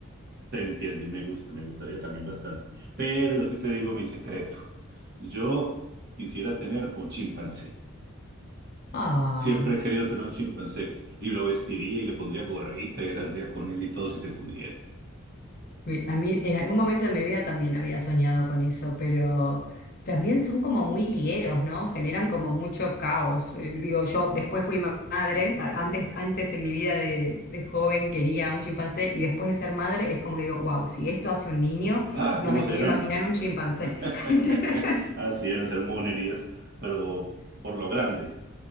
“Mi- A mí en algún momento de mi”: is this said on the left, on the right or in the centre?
Left